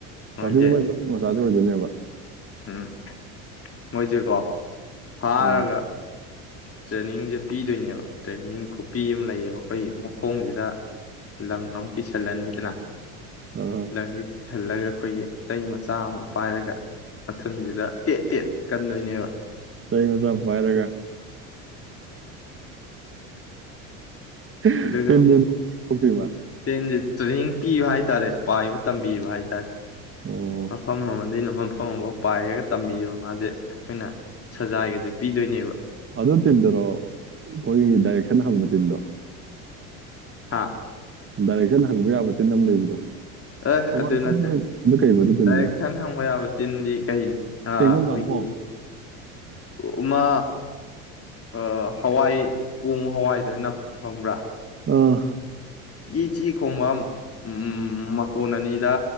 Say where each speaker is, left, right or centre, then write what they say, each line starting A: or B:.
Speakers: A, on the left; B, on the right.
A: ꯃꯣꯏꯁꯦ
B: ꯄꯗꯨꯗꯤ ꯃꯣꯏ ꯃꯆꯥꯗꯨ ꯑꯣꯏꯗꯣꯏꯅꯦꯕ
A: <unintelligible> ꯃꯣꯏꯖꯦꯀꯣ ꯐꯥꯔꯒ
B: ꯑꯥ
A: ꯇ꯭ꯔꯦꯅꯤꯡꯁꯦ ꯄꯤꯗꯣꯏꯅꯦꯕ ꯇ꯭ꯔꯦꯅꯤꯡ ꯈꯨꯄꯤ ꯑꯃ ꯂꯩꯌꯦꯕ ꯈꯣꯏꯒꯤ, ꯃꯈꯣꯡꯁꯤꯗ ꯂꯪ ꯑꯃ ꯀꯤꯁꯟꯂꯅꯤꯗꯅꯥ
B: ꯑꯥ
A: ꯂꯪꯖꯤ ꯁꯤꯜꯂꯒ ꯑꯩꯈꯣꯏꯒꯤ ꯆꯩ ꯃꯆꯥ ꯑꯃ ꯄꯥꯏꯔꯒ ꯃꯊꯨꯟꯁꯤꯗ ꯇꯦꯠ ꯇꯦꯠ ꯀꯟꯗꯣꯏꯅꯦꯕ
B: ꯆꯩ ꯃꯆꯥ ꯑꯃ ꯄꯥꯏꯔꯒ <unintelligible>
A: ꯑꯗꯨꯒꯗꯤ
B: ꯐꯨꯗꯣꯏꯕ?
A: ꯇ꯭ꯔꯦꯟꯁꯦ ꯇ꯭ꯔꯦꯅꯤꯡ ꯄꯤꯕ ꯍꯥꯏꯇꯥꯔꯦ ꯄꯥꯏꯕ ꯇꯝꯕꯤꯕ ꯍꯥꯏꯇꯥꯔꯦ
B: ꯑꯣ
A: ꯃꯐꯝ ꯑꯃꯗꯩꯅ ꯃꯨꯝ ꯃꯐꯝ ꯑꯃꯐꯥꯎ ꯄꯥꯏꯔꯒ ꯇꯝꯕꯤꯕ ꯃꯥꯁꯦ ꯑꯈꯣꯏꯅ ꯁꯖꯥꯏꯒꯁꯦ ꯄꯤꯗꯣꯏꯅꯦꯕ
B: ꯑꯗꯣ ꯇꯤꯟꯗꯔꯣ ꯑꯈꯣꯏꯒꯤ ꯗꯥꯏꯔꯦꯛꯁꯟ ꯍꯪꯕ ꯇꯤꯟꯗꯣ?
A: ꯍꯥꯥ
B: ꯗꯥꯏꯔꯦꯛꯁꯟ ꯍꯪꯕ ꯌꯥꯕ ꯇꯤꯟ ꯑꯝ ꯂꯩꯕꯗꯣ
A: ꯑꯦ
B: ꯊꯧꯕꯥꯜ
A: ꯑꯗꯨ
B: ꯀꯝ
A: ꯅꯠꯇꯦ
B: ꯂꯩ ꯑꯗꯨ ꯀꯩꯕ ꯑꯗꯨ ꯇꯤꯝꯗꯨꯅ
A: ꯗꯥꯏꯔꯦꯛꯁꯟ ꯍꯪꯕ ꯌꯥꯕ ꯇꯤꯟꯗꯤ ꯀꯩꯅꯤ ꯑꯥ
B: ꯆꯦꯡꯒꯣꯡ
A: ꯈꯣꯏꯒꯤ
B: ꯀꯥꯡꯄꯣꯡ
A: ꯎꯝꯃꯥ ꯑꯥ ꯍꯋꯥꯏ ꯄꯣꯡ ꯍꯋꯥꯏꯗ ꯅꯞ ꯐꯪꯕ꯭ꯔꯥ
B: ꯑꯥ
A: ꯏꯤ ꯆꯤ ꯈꯣꯡꯕꯝ ꯎꯝ ꯃꯇꯣꯟ ꯑꯅꯤꯗ